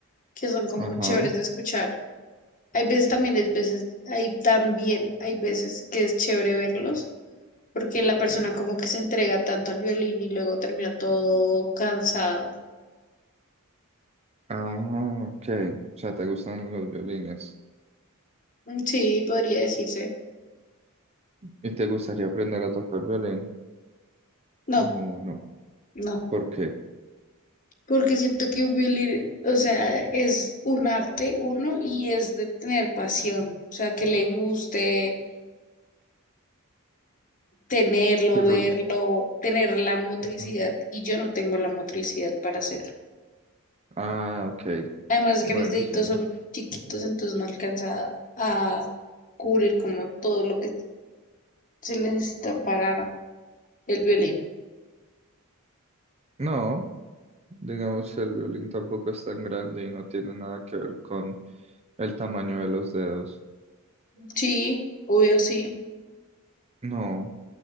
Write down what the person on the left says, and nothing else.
que son como
chéveres de escuchar. Hay veces también, es veces, hay también, hay veces que es chévere verlos, porque la persona como que se entrega tanto al violín y luego termina todo cansado.
Mm, Sí, podría decirse.
No,
no,
porque siento que un violín, o sea, es un arte, uno, y es de tener pasión, o sea, que le guste tenerlo,
verlo, tener la motricidad,
y yo no tengo la motricidad para hacerlo.
Además de
que mis deditos
son muy chiquitos, entonces no alcanza a cubrir como todo lo que se necesita para el violín.
Sí, obvio sí.